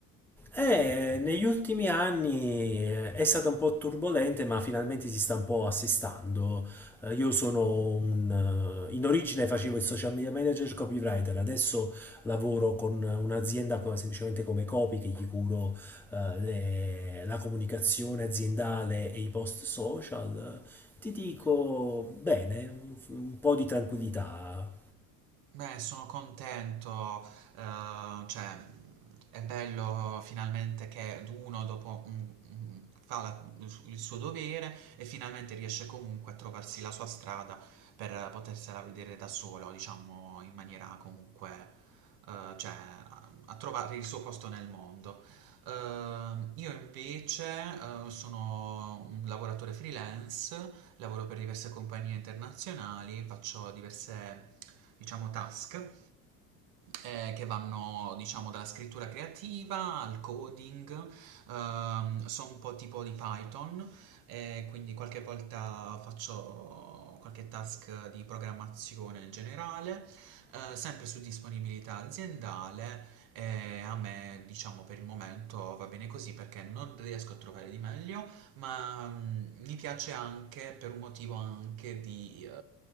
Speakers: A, in the centre; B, on the right.
A: Eh, negli ultimi anni eh, è stata un po' turbolente, ma finalmente si sta un po' assestando. Eh, io sono un, eh, in origine facevo il social media manager copywriter, adesso lavoro con un'azienda co- semplicemente come copy che gli curo eh, le- la comunicazione aziendale e i post social. Ti dico bene, un, un po' di tranquillità.
B: Beh, sono contento, ehm, cioè è bello finalmente che uno dopo mm, mm, fa la- il suo dovere e finalmente riesce comunque a trovarsi la sua strada per potersela vedere da solo, diciamo in maniera comunque, eh, cioè a, a trovare il suo posto nel mondo. Ehm, io invece, eh, sono un lavoratore freelance, lavoro per diverse compagnie internazionali, faccio diverse diciamo task eh, che vanno diciamo dalla scrittura creativa al coding, ehm, so un po' tipo di Python, eh, quindi qualche volta faccio qualche task di programmazione in generale, eh, sempre su disponibilità aziendale. E a me, diciamo, per il momento va bene così perché non riesco a trovare di meglio ma mm, mi piace anche per un motivo anche di eh,